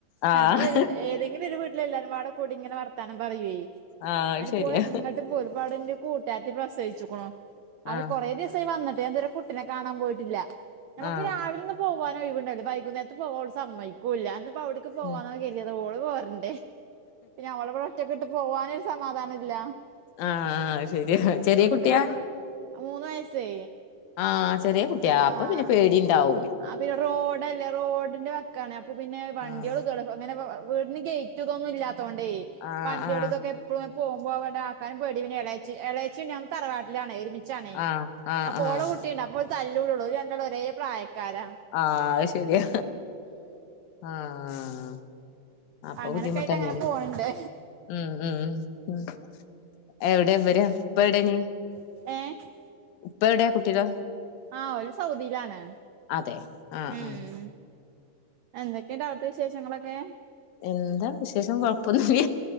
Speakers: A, on the left; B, on the right.
A: ആഹ്
B: ഞങ്ങളൊരു ഏതെങ്കിലും ഒരു വീട്ടില് എല്ലാരുംബാടെ കൂടി ഇങ്ങനെ വർത്താനം പറയെ
A: ആഹ് അത്
B: അയ്ന്പ്പോള്
A: ശരിയാ
B: എങ്ങട്ട് പോരും വടന്റെ കൂട്ടാര്ത്തി പ്രസവിച്ചിക്ക്ണു അപം
A: ആഹ്
B: കൊറേ ദിവസായി വന്നിട്ട് ഞാൻ തെരേ ട്ടിനെ കാണാം പോയിട്ടില്ല നമുക്ക്
A: ആഹ്
B: രാവിൽന്നും പോവാനാ ഒഴിവുണ്ടാക് വൈകുന്നേര്ത്ത് പോട് സമ്മയ്ക്കൂല്ല അന്ന് പ്പോ ഔട്ക്ക് പോവാന്നാ
A: ഉം
B: കര്തിത് ഓള് പോരണ്ടേ പിന്നെ ഓളബടെ ഒറ്റക്ക്ട്ട് പോവാനൊര് സമാധാനല്ല
A: ആഹ് ആഹ് അത് ശരിയാ ചെറീയ കുട്ടിയാ
B: കൂടെ മൂന്ന് വയസ്സേ
A: ആഹ് ചെറീ കുട്ടിയാ
B: ആഹ്
A: അപ്പം പിന്നെ പേടിണ്ടാഉം
B: ആഹ് പിന്നെ റോഡല്ലേ റോഡിന്റെ വക്കാണ് അപ്പ പിന്നെ വണ്ടികളു
A: ആഹ്
B: <unintelligible> പ്പ അങ്ങനെ പ്പ വ് ഔ വീട്ന് ഗയ്റ്റുംതൊന്നും ഇല്ലാത്തോണ്ടേ
A: ആഹ്
B: വണ്ടികൾകൊക്കെ
A: ആഹ്
B: എപ്പളും പോഉബോ വടേ ആക്കാനും പേടി പിന്നെ എളേച്ചി എളേച്ചിണ്ട് അമ് തറവാട്ടിലാണ് എരുമി ച്ചാണേ
A: ആഹ് ആഹ്
B: അപ്പ
A: ആഹ്
B: ഓള കുട്ടിണ്ട് അപ്പൊ തല്ലൂടുള്ളൂ ഓല് രണ്ടാളും ഒരേ പ്രായക്കാരാ
A: ആഹ് അത് ശെരിയാ ആഹ് അപ്പ
B: അങ്ങനൊക്കെ
A: ബുദ്ധിമുത്തന്നേണ്
B: ആയിട്ട് അങ്ങനെ പോണണ്ട്
A: ഉം ഉം ഉം എവിടെ വരുക ഇപ്പ എവിടാണ്
B: <unintelligible>
A: ഉപ്പ എവിടെ കുട്ടികൾ
B: ആഹ് ഓല് സൗദീലാണ്
A: അതെ ആഹ്
B: ഉം
A: ആഹ്
B: ഉം എന്തൊക്കെണ്ട് ഔടെത്തെ വിശേഷങ്ങളൊക്കെ
A: എന്താ വിശേഷം കൊഴപ്പൊന്നുല്ല